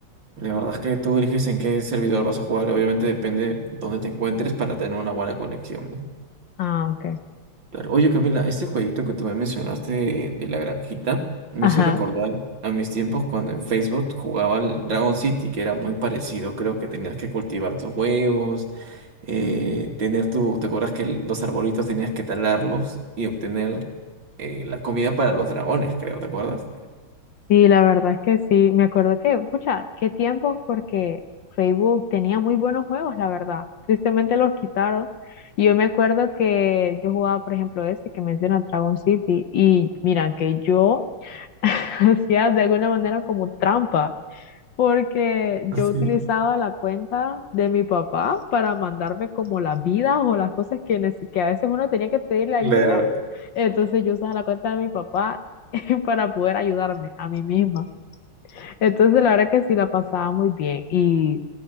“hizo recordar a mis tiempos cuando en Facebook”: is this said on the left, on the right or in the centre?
Right